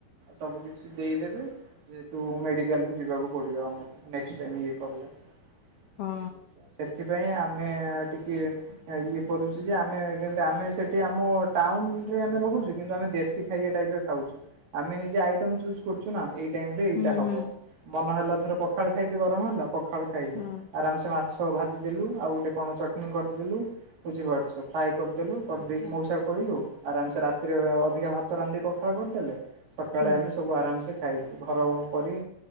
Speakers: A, on the right; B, on the left.
A: ସବୁ କିଛି ଦେଇଦେବେ ଯେହେତୁ ମେଡିକାଲକୁ ଯିବାକୁ ପଡିବ ଆମକୁ ନେକ୍ସଟାଇମ୍ ଇଏ କଲେ
B: ହଁ
A: ବୁଝି ପାରୁଛ ସେଥିପାଇଁ ଆମେ ଟିକେ ଇଏ କରୁଚୁ ଯେ ଆମେ କେମିତି ଆମେ ସେଠି ଆମ ଟାଉନରେ ଆମେ ରହୁଛୁ କିନ୍ତୁ ଆମେ ଦେଶୀ ଖାଇଆ ଟାଇପର ଖାଉଚୁ ଆମେ ନିଜେ ଆଇଟମ୍ ଚୁଜ୍ କରୁଚୁ ନା ଏଇ ଟାଇମରେ ଏଇଟା
B: ହୁଁ
A: ହବ
B: ହୁଁ।
A: ମନ ହେଲା ଧର ପଖାଳ ଖାଇତେ ଗରମ ହେଲା ପଖାଳ ଖାଇଲୁ
B: ହଁ।
A: ଆରାମସେ ମାଛ ଭାଜିଦେଲୁ ଆଉ କଣ ଚଟଣି କରିଦେଲୁ ବୁଝିପାରୁଛ ଫ୍ରାଏ କରିଦେଲୁ କରିଦେଇକି
B: ଆଚ୍ଛା।
A: ମଉସା କହିଲୁ ଆରାମସେ ରାତିରେ ଅଧିକା ଭାତ ରାନ୍ଧିକି ପଖାଳ କରିଦେଲେ ସକାଳେ
B: ହୁଁ
A: ଆମେ ସବୁ ଆରାମସେ ଖାଇଲୁ ଘର କରି